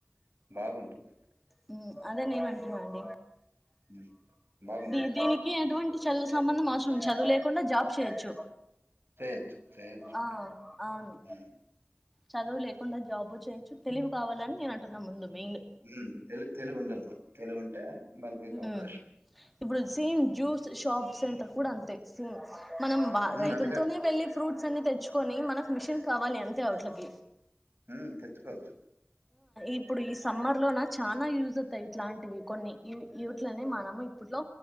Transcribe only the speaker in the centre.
హ్మ్ అదే నేను అంటున్నా అండి
ది దీనికి ఎటువంటి చదువు సంబంధం అవసరం చదువు లేకుండా జాబ్ చేయొచ్చు
ఆ
అవును చదువు లేకుండా జాబు చేయొచ్చు తెలివి కావాలని నేను అంటున్నా ముందు మెయిన్
ఉమ్ ఇప్పుడు సేమ్ జ్యూస్ షాప్ సెంటర్ కూడా అంతే సేమ్ మనం వా
రైతులతోనే
వెళ్ళి ఫ్రూట్స్ అన్ని తెచ్చుకొని మనకి మిషన్ కావాలి అంతే అవట్లకి
ఇప్పుడు ఈ సమ్మర్ లోన చానా యూజ్ అవుతాయి ఇట్లాంటివి కొన్ని యూట్లనే మనము ఇప్పుట్లో